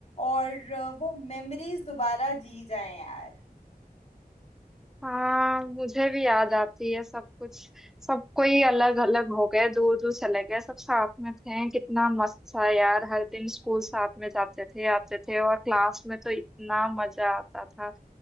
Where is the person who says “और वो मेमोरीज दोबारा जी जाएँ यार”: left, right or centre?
Left